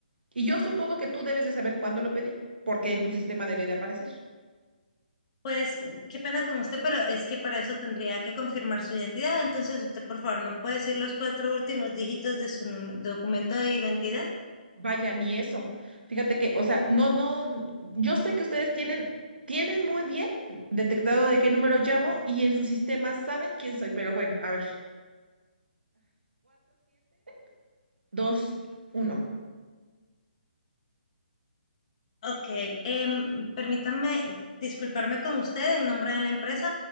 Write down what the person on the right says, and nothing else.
Y yo supongo que tú debes de saber cuándo lo pedí, porque en tu sistema debe de aparecer.
Vaya, ni eso. Fíjate que, o sea, no, no, yo sé que ustedes tienen, tienen muy bien detectado de qué número llamo y en su sistema saben quién soy, pero bueno, a ver, 4721.